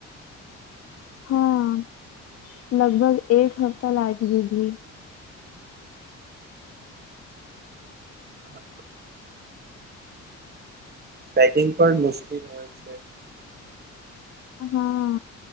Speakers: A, on the left; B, on the right.
A: હા, લગભગ એક હપ્તા લાગી દીધી.
B: હા. પેકિંગ પણ મુશ્કેલ હોય છે.
A: હા